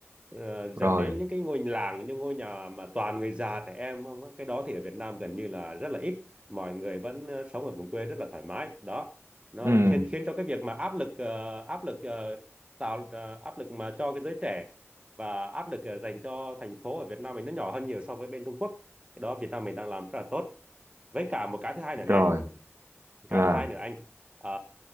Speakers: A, on the right (about 25°); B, on the right (about 65°).
A: ờ, dần
B: rồi
A: đến những cái ngôi làng những ngôi nhà mà toàn người già trẻ em không á. cái đó thì ở Việt Nam gần như là rất là ít mọi người vẫn ờ, sống ở vùng quê rất là thoải mái đó nó
B: ừ
A: khiến khiến cho cái việc mà áp lực ờ, áp lực ờ, tạo ờ, áp lực mà cho cái giới trẻ và áp lực ờ, dành cho thành phố ở Việt Nam mình nó nhỏ hơn nhiều so với bên Trung Quốc cái đó Việt Nam mình đang làm rất là tốt với cả một cái thứ hai nữa
B: rồi
A: nè cái
B: à
A: thứ hai nữa anh ờ,